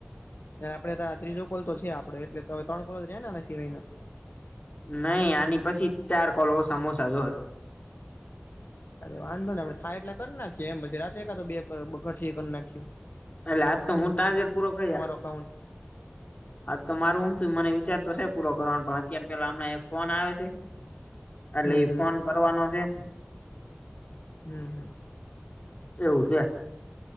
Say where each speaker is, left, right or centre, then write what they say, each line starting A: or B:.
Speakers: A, on the left (about 60°); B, on the left (about 35°).
A: આપડે ત ત્રીજો કોલ તો છે આપડો એટલે ત્રણ કોલ જ ર ને સિવાય ના
B: નહી આની પછી ચાર કોલો સમોસા જોહે
A: અરે વાંધો ને આપડે થાય એટલે કરી નાખીએ એમ પછ રાત્રા તો બે ઘર કરી નાખી
B: એટલે આજ તો હું ટાર્ગેટ પૂરો કરીયા.
A: અકાઉન્ટ
B: હા તો મારું એમ થ મને વિચાર તો છે પૂરો કરવાનો પણ અત્યારે પેલા હમણાં એક ફોન આવે છે એટલે
A: હમ
B: એ
A: હમ
B: ફોન કરવાનો છે
A: હમ હમ
B: એવું છે